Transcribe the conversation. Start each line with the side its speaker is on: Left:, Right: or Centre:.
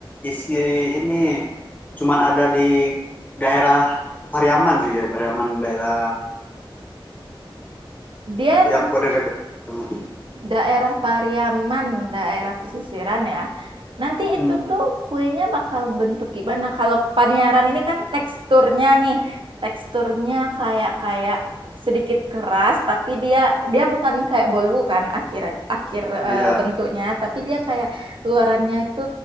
Left: isi ini cuman ada di daerah Pariaman sih kayak Pariaman daerah
Right: Dia
Left: ya
Right: nan-
Left: pokoknya dari Pariaman.
Right: daerah Pariaman, daerah pesisiran ya. Nanti itu
Left: Hmm.
Right: tuh kuenya bakal bentuk gimana? Kalau Paniaram ini kan teksturnya nih, teksturnya kayak kayak sedikit keras, tapi dia dia bukan kayak bolu kan akhiran akhir
Left: Iya,
Right: eh, bentuknya, tapi dia kayak luarannya itu